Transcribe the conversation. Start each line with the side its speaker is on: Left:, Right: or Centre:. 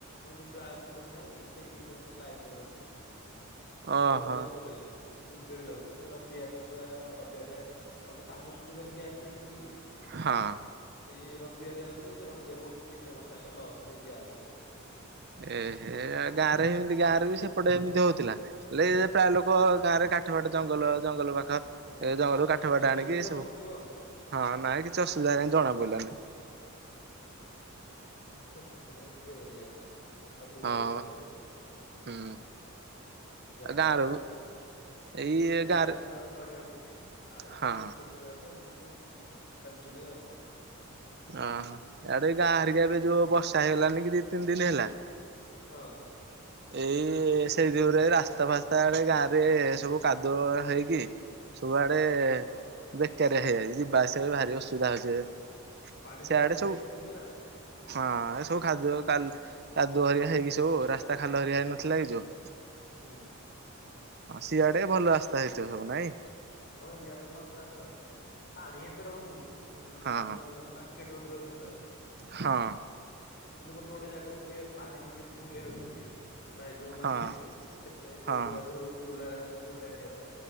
Left: ଆମେ ଯୋଉ ବ୍ଲାକରେ ଦଉନାହାନ୍ତି ସେଇଠି ବି ଆମର ଲାଇନ୍ ଲଗେଇବାକୁ ପଡୁଚି।
Right: ଓହୋ।
Left: ବଡ ଲାଇନ୍ ଗୋଟେ କାନି ବିଜେଡ ଲାଗୁଛି ସେ ରବି ସେଟା ପୁରା ରବିିବାର ଟା ଆଉ ଗୋଟେ କାମ ଛୁଟି କରି ଗ୍ୟାସ୍ ନେଇଯିବୁ କି?
Right: ହଁ
Left: ସେଇ ରବିବାର ଯାଉଛି। ସେ ରବିବାର ଗୋ ଦିନ ଗୋଟାକ ଲସ୍ ସେ ଗ୍ୟାସ୍ ପାଇଁ।
Right: ଏ ହେ ଗାଁ ରେ ଏମିତି ଗାଁ ରେ ବି ସେପଟେ ଏମିତି ହଉଥିଲା? ହେଲେ ପ୍ରାୟ ଲୋକ ଗାଁ ରେ କାଠ ଫାଠ ଜଙ୍ଗଲ-ଜଙ୍ଗଲ ପାଖ। ଏ
Left: ହଁ
Right: ଜଙ୍ଗଲରୁ
Left: ଅସ
Right: କାଠ
Left: ଅସୁବିଧା
Right: ଫାଠ ଆଣିକି
Left: ଟିକେ
Right: ସବୁ
Left: ହଉନଥିବ ଆଉ।
Right: ହଁ ନାଇଁ କିଛି ଅସୁବିଧା କାଇଁ ଜଣା ପଡିଲାନି।
Left: ଏହେ ଇଆଡେ ଢ଼େରେ ଇଆଡେ ଅଧିକ
Right: ହଁ
Left: ଅସୁବିଧା ଇଆଡେ।
Right: ହୁଁ
Left: ଯାହାର
Right: ଆଉ ଗାଁରୁ ଏଇ
Left: ରିଚ୍ ଫ୍ୟାମିଲି
Right: ଗାଁରେ
Left: ଯାକ ଚଳି ଯାଉଛନ୍ତି। ଆଉ
Right: ହଁ
Left: ଯିଏ ମିଡଲକ୍ଲାସ ଏମିତି ଚାଲିଛି ଟିକେ ଆଉ।
Right: ଓହୋ ଆଡେ ଗାଁ ହରିକା ଏବେ ଯୋଉ ବର୍ଷା ହେଇଗଲାନି କି ଦି ତିନି ଦିନ ହେଲା।
Left: ହଁ।
Right: ଏଇ ସେଇଯୁଗରୁ ଏ ରାସ୍ତା ଫାସ୍ତା ଆଡେ ଗାଁ ରେ ସବୁ କାଦୁଅ ହେଇକି ସବୁଆଡେ
Left: ହଁ
Right: ବେକାରିଆ ହେଇଯାଇଛି। ଯିବା ଆସିବା ବି ଭାରି ଅସୁବିଧା ହଉଛି ଏବେ।
Left: ପାଣି
Right: ସିଆଡେ
Left: ତ ଫୁଲ୍
Right: ସବୁ
Left: ହେଇଯାଇଥିବ ବି ରା
Right: ହଁ ଏ ସବୁ ଖାଦ୍ୟ କାଲ କାଦୁଅ ହରିଆ ହେଇକି ସବୁ ରାସ୍ତା ଖାଲ ହେରିଆ ହେଇନଥିଲା କି ଯୋଉ
Left: ହୁଁ
Right: ହଁ ସିଆଡେ ଭଲ ରାସ୍ତା ହେଇଥିବ ସବୁ ନାଇଁ?
Left: ହଁ ଇଆଡେ ଭଲ ରାସ୍ତା ପାଣି ଏତେ ରହୁନି। କି
Right: ହଁ
Left: ଆମେ ମାର୍କେଟ ଉପରେ ଅଛୁ ନା।
Right: ହଁ।
Left: କିନ୍ତୁ ଗୋଟେ-ଗୋଟେ ଜାଗା ଟିକେ ପାଣି ଟିକେ ଫୁଲ ହେଇଯାଉଛି ଟିକେ। ଏ ଯୋଉ ମାର୍କେଟରେ
Right: ହଁ
Left: ସେପଟେ
Right: ହଁ।
Left: ଯୋଉଯୋଉ ରୁରାଲ୍ ରୁଲର ଏରିଆ ଟା